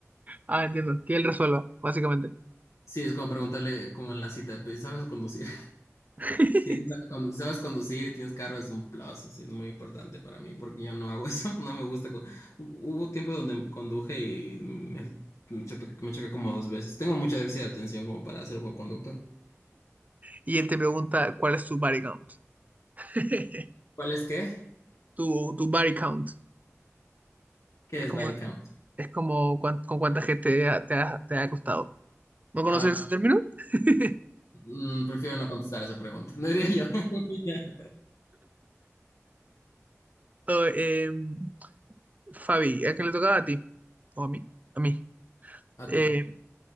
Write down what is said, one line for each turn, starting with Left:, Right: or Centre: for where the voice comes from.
Right: Ah, entiendo. Que él resuelva, básicamente.
Left: Sí, es como preguntarle como en la cita, pues, ¿sabes conducir?
Right: <laughs>
Left: Sí, sí, sabes condu- sabes conducir y tienes carro es un plus, así es muy importante para mí, porque yo no hago <laughs> eso, no me gusta. co- Hu- Hubo tiempo donde conduje y me, me chope- me choqué como dos veces. Tengo mucho déficit de atención como para ser buen conductor.
Right: Y él te pregunta cuál es tu body count. <laughs>
Left: ¿Cuál es qué?
Right: Tu, tu body count.
Left: ¿Qué
Right: Es
Left: es
Right: como,
Left: body count?
Right: es como cuán- con cuánta gente ha- te ha, te ha costado ¿No conoces
Left: Ah,
Right: ese término? <laughs>
Left: mm, prefiero no contestar esa pregunta, <laughs> diría yo. <laughs>
Right: Oh, em, Fabi, ¿a qué le tocaba a ti? O a mí. A mí.
Left: A
Right: Em,
Left: ti,